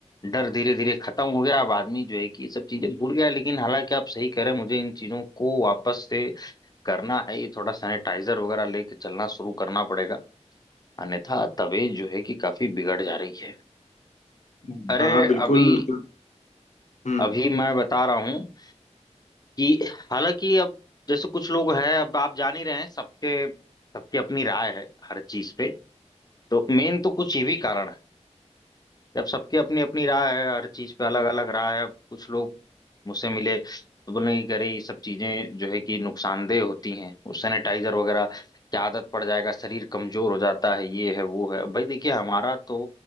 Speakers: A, on the left (about 35°); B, on the left (about 75°).
A: डर धीरे धीरे खत्म हो गया अब आदमी जो है कि ये सब चीजें भूल गया है। लेकिन हालांकि आप सही कह रहे हैं मुझे इन चीजों को वापस से करना है ये थोड़ा सैनिटाइजर वगैरह लेके चलना शुरू करना पड़ेगा अन्यथा तबीयत जो है कि काफी बिगड़ जा रही है
B: हम्म,
A: अरे
B: हाँ हाँ बिल्कुल
A: अभी
B: हम्म
A: अभी मैं बता रहा हूँ कि हालांकि अब जैसे कुछ लोग हैं अब आप जान ही रहे हैं सबके सबकी अपनी राय है हर चीज पे तो मेन तो कुछ ये भी कारण है जब सबकी अपनी अपनी राय है हर चीज पे अलग अलग राय है अब कुछ लोग मुझसे मिले तो बोले कि अरे ये सब चीजें जो है कि नुकसानदेह होती हैं वो सैनिटाइजर वगैरह की आदत पड़ जाएगा शरीर कमजोर हो जाता है ये है वो है अब भाई देखिए हमारा तो